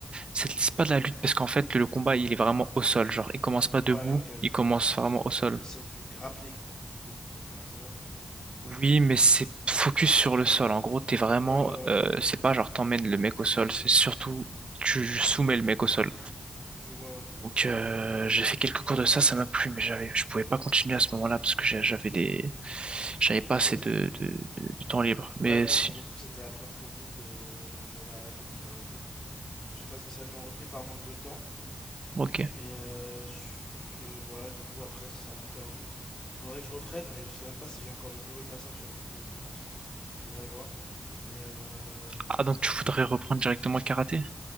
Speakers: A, on the right; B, on the left.
A: c'est c'est pas de la lutte parce qu'en fait, le combat, il est vraiment au sol. Genre, il commence pas debout,
B: Ouais, ok, d'accord.
A: il commence vraiment au sol.
B: C'est du grappling, du coup, en l'occurrence, c'est ça?
A: Oui, mais c'est focus sur le sol. En gros, t'es vraiment,
B: Ouais, ouais,
A: euh,
B: ouais.
A: c'est pas genre t'emmènes le mec au sol, c'est surtout tu soumets le mec au sol.
B: Je vois, ouais.
A: Donc, euh, j'ai fait quelques cours de ça, ça m'a plu, mais j'avais, je pouvais pas continuer à ce moment-là parce que j'ai- j'avais des, j'avais
B: Ok,
A: pas assez
B: ok.
A: de, de, de, de temps libre. Mais
B: Ouais, moi
A: si,
B: pour le coup, c'était après le Covid, euh, j'avais arrêté le karaté. J'ai pas spécialement repris par manque de temps.
A: ok.
B: Et euh, c'est- voilà, du coup, après, c'est un peu perdu. Faudrait que je reprenne, mais je sais même pas si j'ai encore le niveau de ma ceinture, du coup, en l'occurrence. Faudrait voir. Mais euh...
A: Ah, donc tu voudrais reprendre directement le karaté?